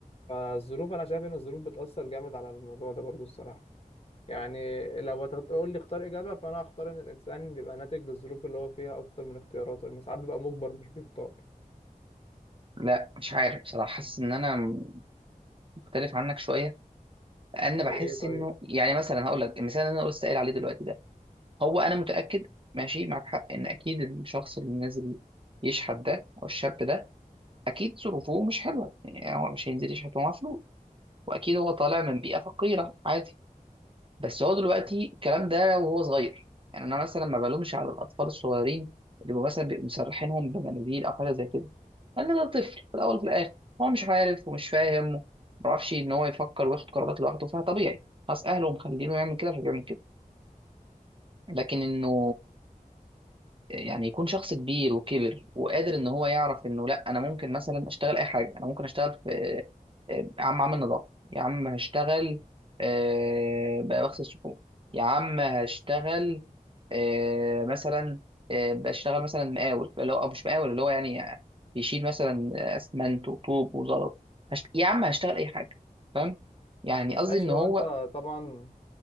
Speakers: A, on the left (about 40°); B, on the right (about 35°).
A: فالظروف أنا شايف إن الظروف بتأثر جامد على الموضوع ده برضو الصراحة يعني لو هتقول لي اختار إجابة فأنا هختار إن الإنسان بيبقى ناتج للظروف اللي هو فيها أكتر من اختياراته لأن ساعات بيبقى مجبر مش بيختار
B: لا مش عارف بصراحة حاسس ان انا مختلف عنك شوية لان بحس
A: في إيه طيب
B: انه يعني مثلا هقول لك المثال اللي انا لسه قايل عليه دلوقتي ده هو انا متأكد ماشي معك حق ان اكيد الشخص اللي نازل يشحت ده او الشاب ده اكيد ظروفه مش حلوه يعني هو مش هينزل يشحت ومعاه فلوس واكيد هو طالع من بيئه فقيره عادي بس هو دلوقتي
A: تمام
B: الكلام ده وهو صغير يعني انا مثلا ما بلومش على الاطفال الصغيرين اللي هو مثلا بيبقوا مسرحينهم بمناديل او حاجه زي كده لان ده طفل في الاول وفي الاخر هو مش عارف ومش فاهم ما بيعرفش ان هو يفكر وياخد قرارات لوحده فطبيعي ناس اهله مخلينه يعمل كده فبيعمل كده لكن انه يعني يكون شخص كبير وكبر وقادر ان هو يعرف انه لا انا ممكن مثلا اشتغل اي حاجه انا ممكن اشتغل في آه، يا عم عامل نظافه يا عم هشتغل آه، بقى بغسل صحون يا عم هشتغل آه، مثلا آه، بشتغل مثلا مقاول اللي هو أو مش مقاول اللي هو يعني يشيل مثلا اسمنت وطوب وزلط هشت... يا عم هشتغل اي حاجه فاهم يعني قصدي
A: ماشي
B: ان هو
A: هو أنت طبعا